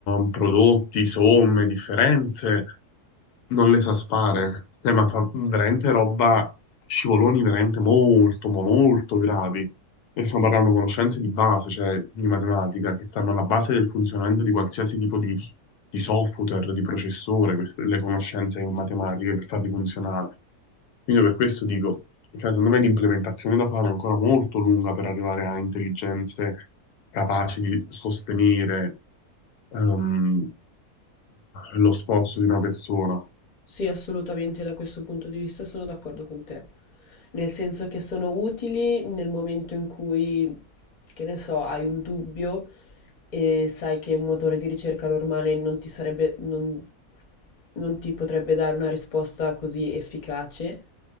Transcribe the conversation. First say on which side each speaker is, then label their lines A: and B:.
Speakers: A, on the left (about 80°); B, on the left (about 40°).
A: eh, prodotti, somme, differenze non le sa fare, Cioè, ma fa veramente roba, scivoloni veramente molto, ma molto gravi. E stiamo parlando di conoscenze di base, cioè di matematica, che stanno alla base del funzionamento di qualsiasi tipo di, di software, di processore, queste- le conoscenze matematiche per farli funzionare. Quindi per questo dico, cioè, secondo me l'implementazione da fare è ancora molto lunga per arrivare a intelligenze capaci di sostenere ehm, lo sforzo di una persona.
B: Sì, assolutamente da questo punto di vista sono d'accordo con te. Nel senso che sono utili nel momento in cui, che ne so, hai un dubbio e sai che un motore di ricerca normale non ti sarebbe, non, non ti potrebbe dare una risposta così efficace,